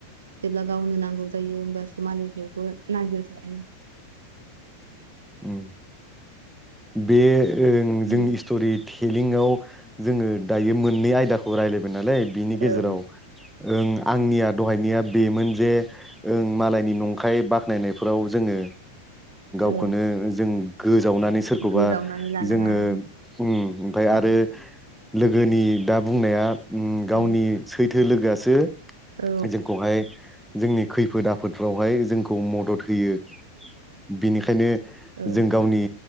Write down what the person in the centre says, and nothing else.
उम बे ओं जोंनि
स्ट'रि लिंआव जोङो दायो मोननै आयदाखौ रायज्लायबाय नालाय बिनि
गेजेराव ओ आंनिया दहायनाया बेमोन जे ओं मालायनि नंखाय बाख नायनायफ्राव जोङो
गावखौनो जों जावनानै सोरखौबा
जोंङो
ओमफ्राय आरो
लोगोनि दा बुंनाया गावनि
सैथो लोगोआसो
जोंखौहाय जोंनि खैफोद आफोद फोरावहाय जोंखौ मदद होयो बिनि ओंखायनो
जों गावनि